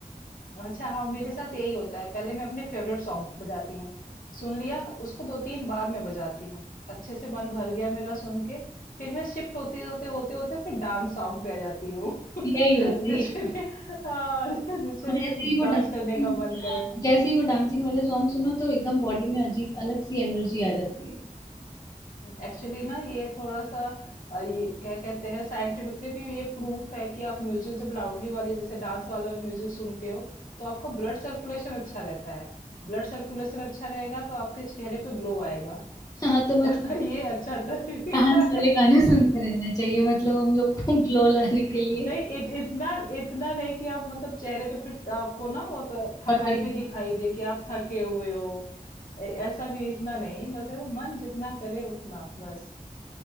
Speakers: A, on the left (about 75°); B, on the left (about 25°).
A: अच्छा हाँ मेरे साथ यही होता है पहले मैं अपने फेवरेट सॉन्ग बजाती हूँ सुन लिया उसको दो तीन बार मैं बजाती हूँ अच्छे से मन भर गया मेरा सुन के फिर मैं शिफ्ट होते होते होते होते फिर डांस सॉन्ग पे आ जाती हूँ <laughs>
B: यही होता है
A: जिसपे
B: यही होता
A: फिर
B: है।
A: हाँ, जिसपे
B: और जैसे
A: फिर
B: ही वो डांसिंग
A: डांस करने का मन करे
B: जैसे ही वो डांसिंग वाले सॉन्ग सुनो तो एकदम बॉडी में अजीब अलग सी एनर्जी आ जाती है
A: एक्चुअली ना ये थोड़ा सा अ, ये क्या कहते हैं साइंटिफिकली भी ये प्रूफ है कि आप म्यूजिक जब लाउडली वाले जैसे डांस वाला वाले म्यूजिक सुनते हो तो आपका ब्लड सर्कुलेशन अच्छा रहता है ब्लड सर्कुलेशन अच्छा रहेगा तो आपके चेहरे पे ग्लो आएगा
B: हाँ तो मतलब
A: <laughs> ये अच्छा तरीका
B: डांस वाले
A: है
B: गाने सुनते रहना चाहिए मतलब हम लोग को ग्लो लाने के लिए
A: नहीं इत, इतना इतना नहीं कि आप मतलब चेहरे पे फिर आपको ना वो तो थकाई
B: और करना
A: भी दिखाई दे कि आप थके हुए हो ए- ऐसा भी इतना नहीं बस है कि मन जितना करे उतना बस